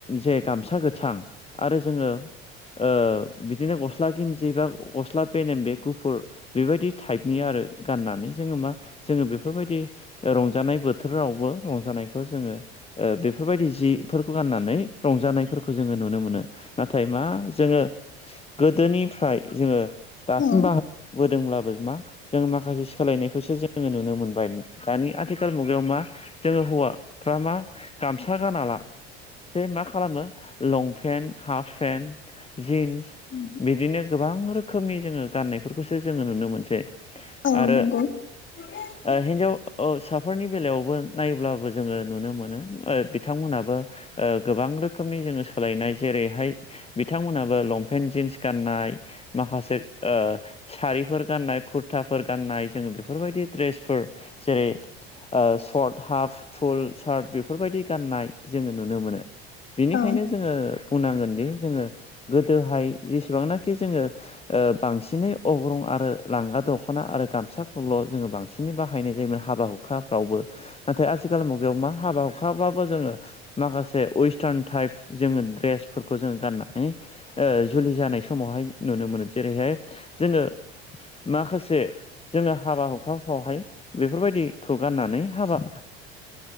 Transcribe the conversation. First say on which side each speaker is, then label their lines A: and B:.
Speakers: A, on the left (about 20°); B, on the left (about 35°).
A: जे गामसा गोथां आरो जोङो ओ बिदिनो गस्ला गिनजि बा गस्ला पेनेम बे गुफुर बेबायदि टाइपनि आरो गाननानै जोङो मा जोङो बेफोरबायदि रंजानाय बोथोरावबो रंजानायखौ जोङो ओ बेफोरबायदि जिफोरखौ गाननानै रंजानायफोरखौ जोङो नुनो मोनो। नाथाय मा जोङो गोदोनिफ्राय जोङो दासिम
B: औ
A: बाहा बोदोंब्लाबो मा जों माखासे सोलायनायखौसो जोङो नुनो मोनबाय। दानि आथिखाल मुगायाव मा जोङो हौवाफ्रा मा गामसा गानाला जे मा खालामो लं पेन्ट हाफ पेन्ट जिन्स
B: <inaudible>
A: बिदिनो गोबां रोखोमनि जोङो गाननायफोरखौसो जोङो नुनो मोनसै
B: औ
A: आरो
B: नंगौ <inaudible>
A: ओ हिनजावसाफोरनि बेलायावबो नायोब्लाबो जोङो नुनो मोनो ओ बिथांमोनाबो ओ गोबां रोखोमनि जोङो सोलायनाय जेरैहाय बिथांमोनाबो लं पेन्ट जिन्स गाननाय माखासे ओ सारिफोर गाननाय कुरथाफोर गाननाय जोङो बेफोरबायदि ड्रेसफोर जेरै ओ सर्ट हाफ फुल सार्ट बेफोरबायदि गाननाय जोङो नुनो मोनो। बिनिखायनो
B: औ
A: जोङो बुंनांगोनदि जोङो गोदोहाय जेसेबांनाखि जोङो ओ बांसिनै अग्रं आरो लांगा दख'ना आरो गामसाखौल' जोङो बां सिनै बाहायनाय जायोमोन हाबा हुखाफ्रावबो नाथाय आथिखाल मुगायाव मा हाबा हुखाबाबो जोङो माखासे वेस्टार्न टाइप जोङो ड्रेसफोरखौ जोङो गाननानै ओ जुलि जानाय समावहाय नुनो मोनो जेरैहाय जोङो माखासे जोङो हाबा हुखाफ्रावहाय बेफोरबायदिखौ गाननानै हाबा